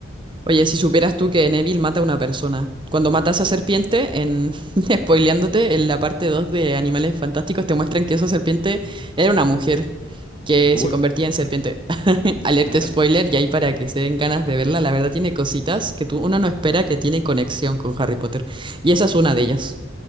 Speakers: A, on the right; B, on the left.
A: Oye, si supieras tú que Neville mata a una persona. Cuando mata a esa serpiente, en <laughs> spoileándote, en la parte 2 de Animales Fantásticos te muestran que esa serpiente era una mujer que
B: Uy,
A: se convertía en serpiente. <laughs> Alerta
B: eh,
A: spoiler,
B: eh,
A: y ahí para que se den ganas de verla, la verdad tiene cositas que tú, uno no espera que tienen conexión con Harry Potter. Y esa es una de ellas.